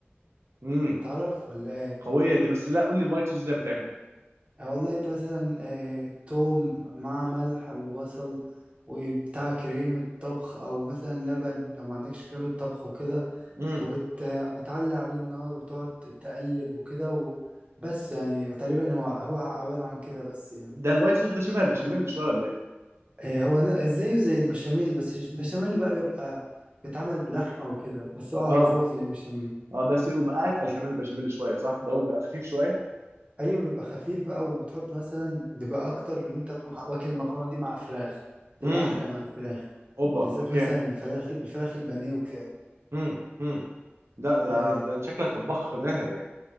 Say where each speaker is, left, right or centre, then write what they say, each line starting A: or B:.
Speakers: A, on the right; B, on the right.
A: امم
B: تعرف ولا ايه
A: قويه دي بس لا قول لي الوايت صوص ازاي بتعمل
B: آه والله انت مثلا آه توم مع ملح وبصل وبتاع كريمه طبخ او مثلا لبن لو ما عندكش كريمه طبخ وكده
A: امم
B: وبتعلي عليه النار وتقعد تقلب وكده و- بس يعني تقريبا هو هو عبارة عن كده بس يعني
A: ده الوايت صوص ده شبه البشاميل شويه ولا ايه
B: آه، هو ن- زيه زي البشاميل بس مش- البشاميل بقى بيبقى بيتعمل بلحمة وكده بس اه
A: اه
B: هو زيه زي البشاميل
A: اه بس يبقى اتقل كمان البشاميل شويه صح دوت بيبقى خفيف شويه
B: ايوه بيبقى خفيف بقى وبتحط مثلا بيبقى اكتر اللي انت بتقوم واكل المكرونة دي مع فراخ بتبقى
A: امم
B: احلى مع الفراخ
A: اوبا
B: بالذات
A: اوكي
B: مثلا الفراخ الفراخ البانيه وكده
A: امم لا ده
B: آه،
A: ده انت شكلك طباخ ماهر يعني